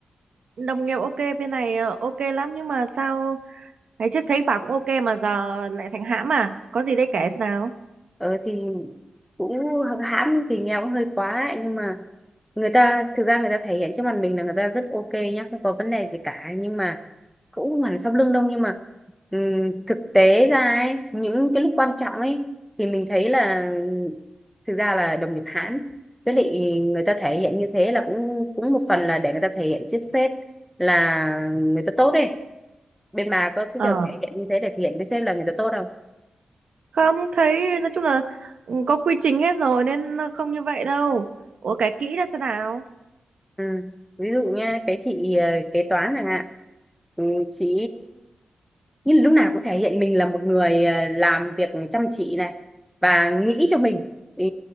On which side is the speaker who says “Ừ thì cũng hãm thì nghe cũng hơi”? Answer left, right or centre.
Centre